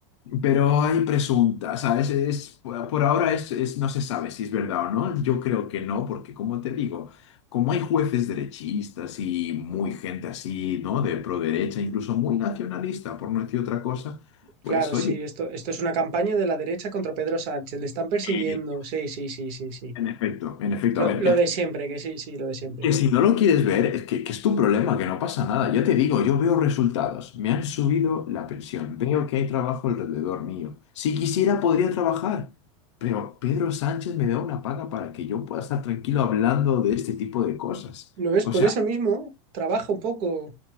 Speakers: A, on the left; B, on the right.
A: Pero hay presuntas, ¿sabes? Es, por por ahora es, es- no se sabe si es verdad o no. Yo creo que no, porque como te digo, como hay jueces derechistas y muy gente así, ¿no? De pro derecha, incluso muy nacionalista, por no decir otra cosa, pues
B: Claro, sí,
A: oye,
B: esto, esto es una campaña de la derecha contra Pedro Sánchez, le están persiguiendo,
A: eh,
B: sí, sí, sí, sí, sí.
A: en efecto, en efecto,
B: Lo,
A: a ver,
B: lo
A: ya
B: de siempre, que sí, sí, lo de siempre.
A: Que si no lo quieres ver, es que, que es tu problema, que no pasa nada. Ya te digo, yo veo resultados. Me han subido la pensión. Veo que hay trabajo alrededor mío. Si quisiera, podría trabajar. Pero Pedro Sánchez me da una paga para que yo pueda estar tranquilo hablando de este tipo de cosas.
B: ¿Lo ves?
A: O
B: Por
A: sea,
B: eso mismo, trabaja un poco,